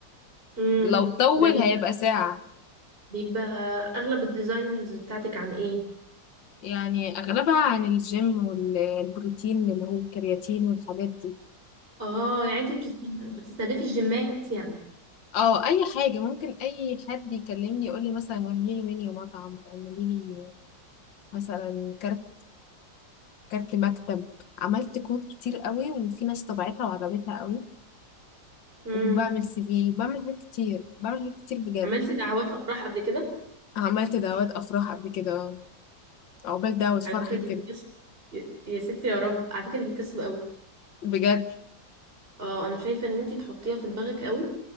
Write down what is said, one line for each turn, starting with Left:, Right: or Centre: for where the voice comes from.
Right: امم
Left: لو طول
Right: ده بيبقى
Left: هيبقى ساعه
Right: بيبقى اغلب الديزاينز بتاعتك عن ايه
Left: يعني اغلبها عن الجيم والبروتين اللي هو الكرياتين والحاجات دي
Right: اه يعني انت بتست- بتستهدفي الجيمات يعني
Left: اه اي حاجه ممكن اي حد يكلمني يقول لي مثلا اعملي لي منيو مطعم اعملي لي مثلا كارت كارت مكتب عملت كروت كتير قوي وفي ناس طبعتها وعجبتها قوي
Right: امم
Left: وبعمل سي في بعمل حاجات كتير بعمل حاجات كتير بجد
Right: عملتي دعوات افراح قبل كده
Left: عملت دعوات افراح قبل كده عقبال دعوة فرح
Right: على فكره
Left: كده
Right: دي بتكسب يا يا ستي يا رب على فكره دي بتكسب قوي
Left: بجد
Right: اه انا شايفه ان انت تحطيها في دماغك قوي